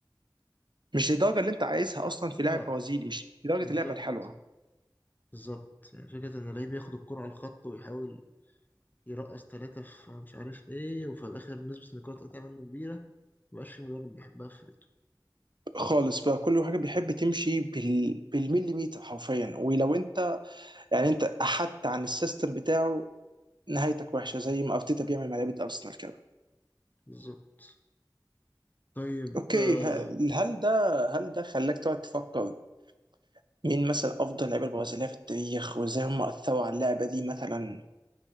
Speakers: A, on the right (about 65°); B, on the left (about 20°).
A: مش للدرجه اللي انت عايزها اصلا في
B: اه
A: لاعب برازيلي مش لدرجه
B: بالظبط
A: اللعبه الحلوه
B: بالظبط يعني فكرة ان اللعيب ياخد الكرة على الخط ويحاول يرقص تلاتة في مش عارف ايه وفي الآخر نسبة النقاط تقطع منه كبيرة مبقاش في مدرب بيحبها في فرقته
A: خالص بقى كل حاجه بيحب تمشي بال... بالمليمتر حرفيا ولو انت يعني
B: مم.
A: انت احدت عن السيستم بتاعه نهايتك وحشه زي ما ارتيتا بيعمل مع لعيبه ارسنال كده
B: بالظبط طيب
A: اوكي
B: آه،
A: ه- هل ده هل ده خلاك تقعد تفكر مين مثلا افضل لعيبه البرازيليه في التاريخ وازاي هم اثروا على اللعبه دي مثلا